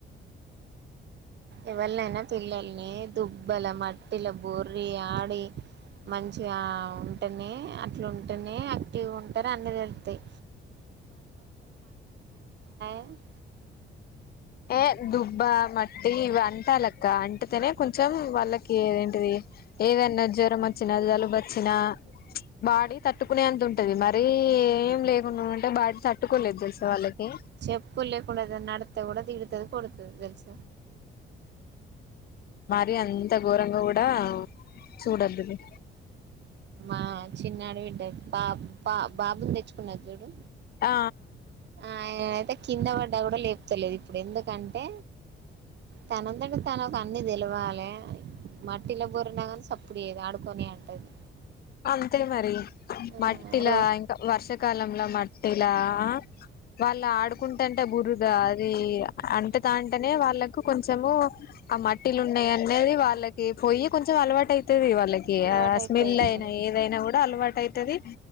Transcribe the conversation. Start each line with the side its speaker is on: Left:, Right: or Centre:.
Right: ఎవలైన పిల్లల్ని దుబ్బల మట్టిల బొర్రి ఆడి మంచిగా ఉంటేనే అట్ల ఉంటేనే యాక్టివ్గ ఉంటారు అన్నీ తెలుస్తాయి <unintelligible> <unintelligible>
Left: ఏ దుబ్బా మట్టి ఇవి అంటలక్క అంటీతేనే కొంచెం వాళ్ళకి ఏదేంటిది ఏదన జ్వరం వచ్చినా జలుబు వచ్చిన బాడీ తట్టుకునే అంత ఉంటాది మరీ ఏం లేకుండా ఉంటే బాడీ తట్టుకోలేదు తెలుస వాళ్ళకి
Right: చెప్పులు లేకుండ ఏదైనా నడితే కూడ తిడతాడు కొడతది తెలుస
Left: మరి అంత ఘోరంగా కూడ చూడోదుల్లే
Right: మా చిన్న ఆడ <unintelligible> బ బ బాబుని తెచ్చుకున్నారు చూడు
Left: ఆ
Right: ఆయన అయితే కింద పడ్డ కూడ లేపుతలేదు ఇప్పుడు ఎందుకంటే తనంతట తనకి అన్ని తెలివాలే అని మట్టిలో బోర్లిన కానీ సప్పుడు చేయదు ఆడుకొని అంటాది
Left: అంతే మరి
Right: ఆ
Left: మట్టిల
Right: రో
Left: ఇంక వర్షాకాలంలో మ <unintelligible> వాళ్ళు ఆడుకుంటేంటే బురుదా అది అంటే దానంటనే వాళ్ళకు కొంచెం కొంచము ఆ మట్టిలు ఉన్నాయి అనేది వాళ్ళకి పోయి కొంచెం అలవాటు <unintelligible> <unintelligible> వాళ్ళకి
Right: అలవాటు
Left: ఆ
Right: అయితది
Left: స్మెల్ అయినా
Right: మరి
Left: ఏదైనా కూడ అలవాటు అయితాది